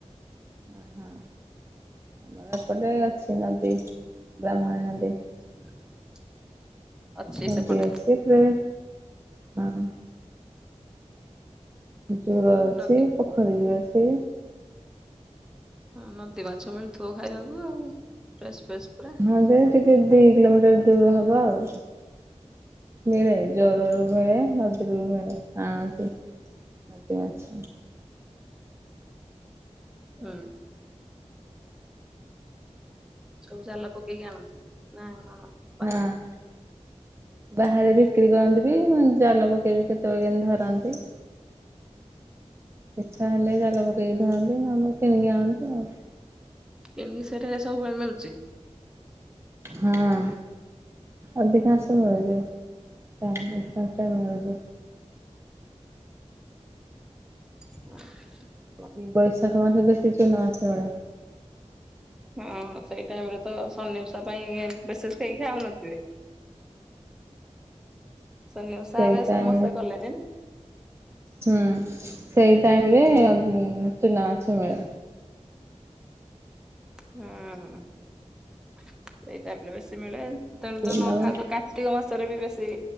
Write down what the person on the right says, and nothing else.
ଓହୋ। ଆମ ଏପଟେ ଅଛି ନଦୀ ବ୍ରାହ୍ମଣୀ ନଦୀ।
ନଦୀ
ଅଛି ବି ହଁ। ଜୁର ଅଛି
ପୋଖରୀ ବି ଅଛି।
ହଁ ଯେ ଟିକେ ଦିଇ କିଲୋମିଟର ଦୂର ହବ ଆଉ ମିଳେ ଜୋରରୁ ମିଳେ ନଦୀରୁ ବି ମିଳେ। ଆଣନ୍ତି ନଦୀ ମାଛ।
ହଁ ବାହାରେ ବିକ୍ରି କରନ୍ତି ବି ମ ଜାଲ ପକେଇବି କେତେବେଳେ କେମତି ଧରନ୍ତି। ଇଚ୍ଛା ହେଲେ ଜାଲ ପକେଇକି ଧରନ୍ତି ନହେଲେ କିଣିକି ଆଣନ୍ତି ଆଉ।
ହଁ। ଅଧିକାଂଶ ଇଏ <unintelligible> ମିଳୁଛି।
ବୈଶାଖ ମାସେ ବେଶୀ ଚୁନା ମାଛ ମିଳେ।
ସେଇ
ଟାଇମ
ହୁଁ ସେଇ ଟାଇମ ରେ ଅ ଚୁନା ମାଛ ମିଳେ।
ଚୁନା
ମା